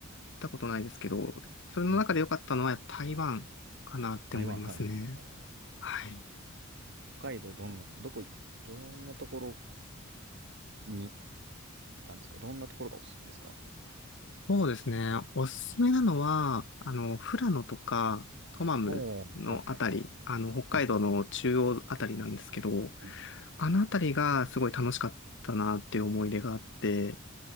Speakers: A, on the left; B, on the right.
A: 行ったことないですけど、それの中で良かったのはやっぱ台湾かなって思いますね。
B: うん。台湾、はいはいはいはいはい。
A: はい。
B: 北海道、どんな、どこい、どんなところに行ったんですかどんなところがおすすめですか
A: そうですね。おすすめなのは、
B: うん。
A: あの、富良野とかトマムのあたり、
B: おー、はいはいはいはい。
A: あの、北海道の中央あたりなんですけど、
B: うんうんうんうん
A: あのあたりがすごい楽しかったなっていう思い出があって、